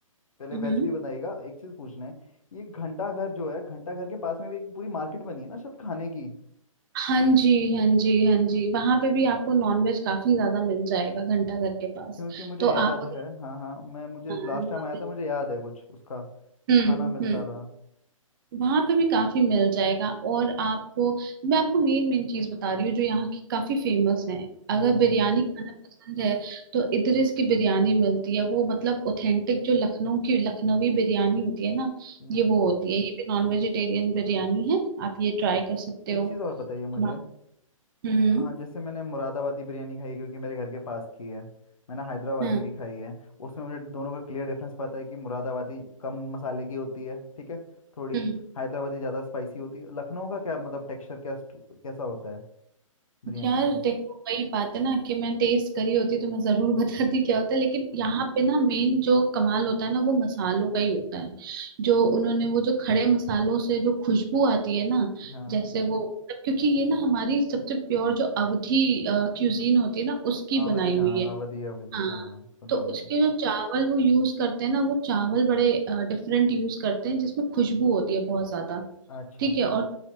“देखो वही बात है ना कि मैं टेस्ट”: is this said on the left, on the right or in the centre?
Right